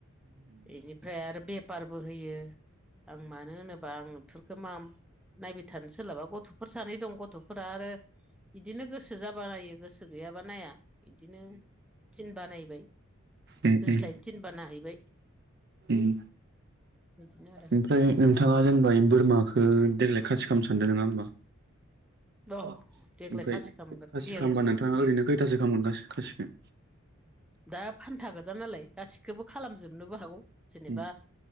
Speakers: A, in the centre; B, on the right.
A: एनिफ्राय आरो बेफारबो होयो आं मानो होनोबा आं खोमाम नायबाय थानो सोलाबा गथ'फोर सानै दं गथ'फोरा आरो इदिनो गोसो जाबा नायो गोसो गैयाबा नाया इदिनो थिनबा नायबाय।
B: उम
A: दोस्लायनो
B: उम
A: थिनबा नायहैबाय
B: उम
A: बिदिनो आरो
B: ओमफ्राय नोंथाङा जेनबा इम बोरमाखो देग्लाय खासि खामनो सानदो नोङा ओनबा?
A: औ
B: ओमफ्राय
A: देग्लाय
B: खासि
A: खालामगोन देर
B: खामबा नोंथाङा ओरैनो कैथासो खामो गासै खासिखो?
A: दा फान्था गोजा नालाय गासिखौबो खालामजोबनोबो हागौ जेनेबा
B: उम